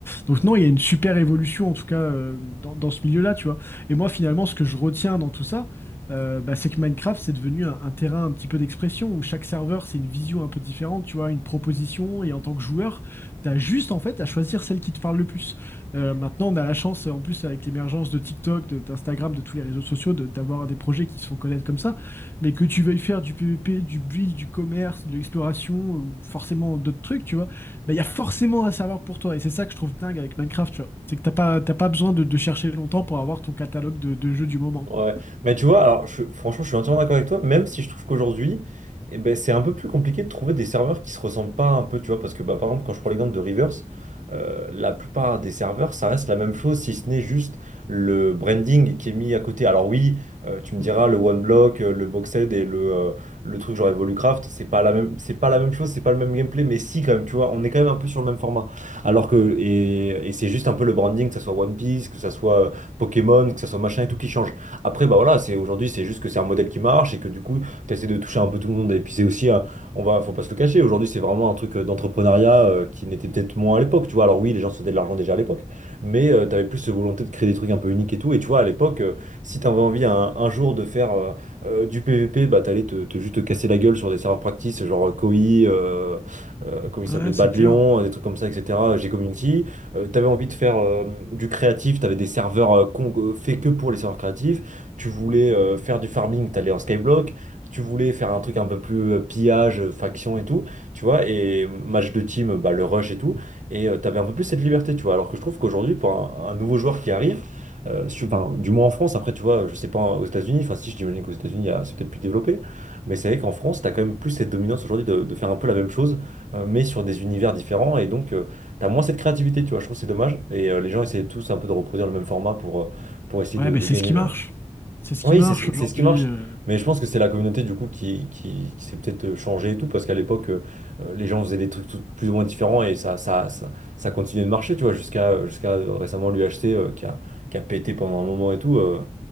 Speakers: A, on the left; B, on the right.
A: donc non, il y a une super évolution en tout cas euh, dans, dans ce milieu-là, tu vois. Et moi, finalement, ce que je retiens dans tout ça, euh, bah, c'est que Minecraft, c'est devenu un, un terrain un petit peu d'expression où chaque serveur, c'est une vision un peu différente, tu vois, une proposition. Et en tant que joueur, t'as juste en fait à choisir celle qui te parle le plus. Euh, maintenant, on a la chance, en plus, avec l'émergence de TikTok, de- d'Instagram, de tous les réseaux sociaux, de- d'avoir des projets qui se font connaître comme ça. Mais que tu veuilles faire du PVP, du build, du commerce, de l'exploration, ou forcément d'autres trucs, tu vois, bah, il y a forcément un serveur pour toi. Et c'est ça que je trouve dingue avec Minecraft, tu vois. C'est que t'as pas, t'as pas besoin de, de chercher longtemps pour avoir ton catalogue de, de jeux du moment,
B: Ouais.
A: quoi.
B: ouais. Mais tu vois, alors je- franchement, je suis entièrement d'accord avec toi, même si je trouve qu'aujourd'hui, eh ben, c'est un peu plus compliqué de trouver des serveurs qui se ressemblent pas un peu, tu vois, parce que bah, par exemple, quand je prends l'exemple de Reverse, euh, la plupart des serveurs, ça reste la même chose, si ce n'est juste le branding qui est mis à côté. Alors oui, euh, tu me
A: Mm.
B: diras, le OneBlock, euh, le Boxed et le, euh, le truc genre Evolucraft, c'est pas la même, c'est pas la même chose, c'est pas le même gameplay, mais si quand même, tu vois, on est quand même un peu sur le même format. Alors que, et, et c'est juste un peu le branding, que ça soit One Piece, que ça soit euh, Pokémon, que ça soit machin et tout qui change. Après, bah voilà, c'est aujourd'hui, c'est juste que c'est un modèle qui marche et que du coup, tu essaies de toucher un peu tout le monde. Et puis c'est aussi, un- on va, faut pas se le cacher, aujourd'hui, c'est vraiment un truc euh, d'entrepreneuriat euh, qui n'était peut-être moins à l'époque, tu vois. Alors oui, les gens se faisaient de l'argent déjà à l'époque, mais tu avais plus cette volonté de créer des trucs un peu uniques et tout. Et tu vois, à l'époque, euh, si tu avais envie un, un jour de faire euh, euh, du PVP, bah t'allais te, te juste te casser la gueule sur des serveurs practice, genre euh, Koi, euh, euh, comment il s'appelait,
A: Ouais,
B: Bad
A: c'est clair.
B: Lion, euh, des trucs comme ça, etc. G-Community. Euh, t'avais envie de faire euh, du créatif, t'avais des serveurs euh, con- euh, faits que pour les serveurs créatifs. Tu voulais euh, faire du farming, t'allais en skyblock. Tu voulais faire un truc un peu plus euh, pillage, euh, faction et tout, tu vois, et match de team, bah, le rush et tout. Et tu t'avais un peu plus cette liberté, tu vois. Alors que je trouve qu'aujourd'hui, pour un, un nouveau joueur qui arrive, euh, su- enfin, du moins en France, après, tu vois, je sais pas aux États-Unis, enfin, si j'imagine qu'aux États-Unis, il y a- c'est peut-être plus développé, mais c'est vrai qu'en France, t'as quand même plus cette dominance aujourd'hui de, de faire un peu la même chose, euh, mais sur des univers différents, et donc, euh, t'as moins cette créativité, tu vois, je trouve que c'est dommage, et euh, les gens essaient tous un peu de reproduire le même format pour, euh, pour essayer
A: Ouais,
B: de,
A: mais
B: de
A: c'est
B: gagner
A: ce qui
B: le,
A: marche. C'est ce
B: oui,
A: qui marche
B: c'est ce qui,
A: aujourd'hui.
B: c'est ce qui marche.
A: euh,
B: Mais je pense que c'est la communauté du coup qui, qui, qui s'est peut-être euh, changée et tout, parce qu'à l'époque, euh, euh, les gens faisaient des trucs tout- plus ou moins différents et ça, ça, ça, ça continuait de marcher, tu vois, jusqu'à jusqu'à euh, récemment l'UHC qui a, qui a pété pendant un moment et tout. euh,